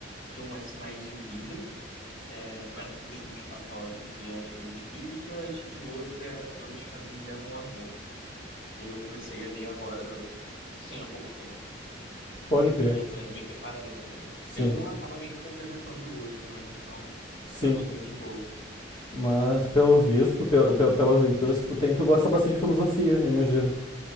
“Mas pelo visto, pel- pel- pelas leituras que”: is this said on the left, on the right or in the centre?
Left